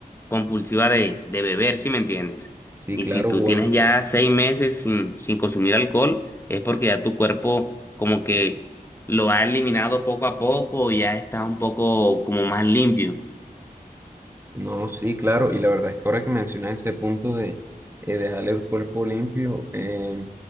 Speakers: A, on the left; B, on the right.
A: compulsiva de, de beber, si me entiendes?
B: Sí,
A: Y
B: claro,
A: si tú
B: Juan.
A: tienes ya seis meses sin, sin consumir alcohol, es porque ya tu cuerpo como que lo ha eliminado poco a poco y ya está un poco como más limpio.
B: No, sí, claro. Y la verdad es que ahora que mencionas ese punto de eh, dejar el cuerpo limpio, eh,